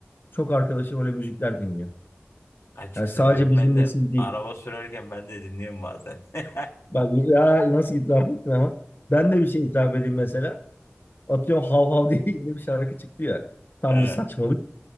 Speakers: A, on the left; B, on the left.
A: çok arkadaşım öyle müzikler dinliyor.
B: Açık
A: Yani
B: söyleyeyim
A: sadece bizim
B: ben de
A: nesil değil.
B: araba sürerken ben de dinliyorum bazen. <laughs>
A: Bak ya nasıl itiraf ettim ama. Ben de bir şey itiraf edeyim mesela. Atıyorum hav hav diye <laughs> yeni bir şarkı çıktı ya. Tam
B: Ee,
A: bir saçmalık.